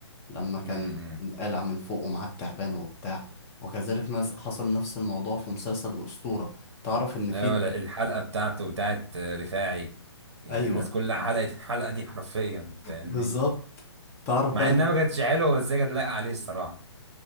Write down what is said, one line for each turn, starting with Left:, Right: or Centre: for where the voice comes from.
Left: لما كان
Right: امم
Left: قلع من فوقه مع التعبان وبتاع وكذلك ناس حصل نفس الموضوع في مسلسل الأسطورة تعرف إن في
Right: ايوه لا، الحلقه بتاعته بتاعت آه، رفاعي يعني
Left: أيوه
Right: الناس كلها حلقت الحلقه دي حرفيا فاهمني
Left: بالظبط تعرف
Right: مع
Left: بقى
Right: انها ما كانتش حلوه بس هي كانت لايقه عليه الصراحه